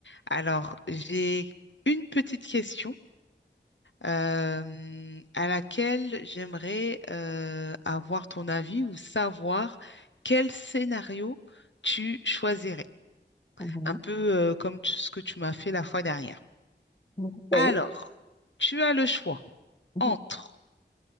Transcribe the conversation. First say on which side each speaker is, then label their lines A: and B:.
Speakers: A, on the left; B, on the left.
A: Alors, j'ai une petite question euh, à laquelle j'aimerais euh, avoir ton avis ou savoir quel scénario tu choisirais.
B: Mhm.
A: Un peu euh, comme tu- ce que tu m'as fait la fois dernière.
B: Ok.
A: Alors, tu as le choix
B: Mhm.
A: entre